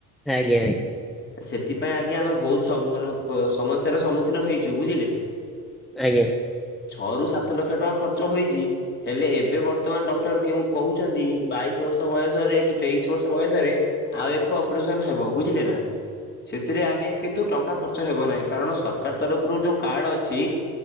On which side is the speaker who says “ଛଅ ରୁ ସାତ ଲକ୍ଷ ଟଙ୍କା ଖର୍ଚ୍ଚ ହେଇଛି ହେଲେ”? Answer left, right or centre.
Left